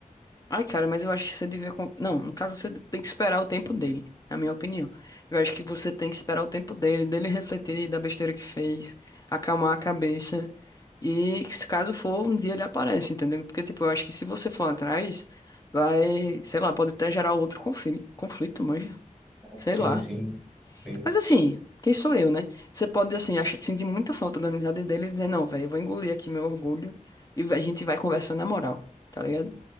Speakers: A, on the left (about 25°); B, in the centre.
A: Ai, cara, mas eu acho que você devia. com- Não, no caso você tem que esperar o tempo dele, na minha opinião. Eu acho que você tem que esperar o tempo dele, dele refletir da besteira que fez, acalmar a cabeça. E que se caso for, um dia ele aparece, entendeu? Porque, tipo, eu acho que se você for atrás, vai, sei lá, pode até gerar outro conflito, conflito, manja. Sei
B: Sim,
A: lá.
B: sim. sim.
A: Mas assim, quem sou eu, né? Você pode, assim, acha, sentir muita falta da amizade dele e dizer, não, velho, eu vou engolir aqui meu orgulho e a gente vai conversar na moral, tá ligado?